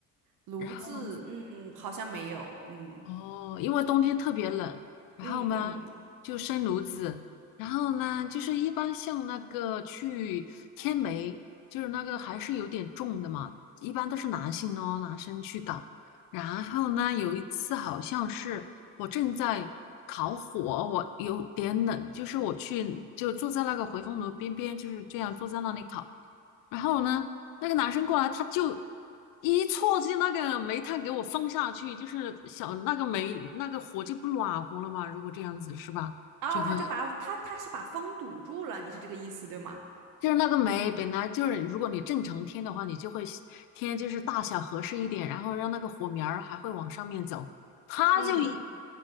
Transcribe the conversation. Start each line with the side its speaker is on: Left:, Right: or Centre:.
Right: 炉子，
Left: 然后。
Right: 嗯，好像没有，嗯
Left: 哦，因为冬天特别冷，然后呢就生炉子，
Right: 嗯嗯，
Left: 然后呢就是一般像那个去天梅，就是那个还是有点重的嘛，一般都是男性哦，男生去搞。然后呢，有一次好像是我正在烤火，我有点冷，就是我去就坐在那个回风炉边边，就是这样坐在那里烤。然后呢，那个男生过来，他就一戳进那个煤炭给我放下去，就是小那个煤那个火就不暖和了嘛。如果这样子是吧，
Right: 哦，
Left: 就会
Right: 他就把他他是把风堵住了，你是这个意思对吗？
Left: 就是那个煤本来就是，如果你正常添的话，你就会添就是大小合适一点，然后让那个火苗儿还会往上面走。他就一
Right: 嗯，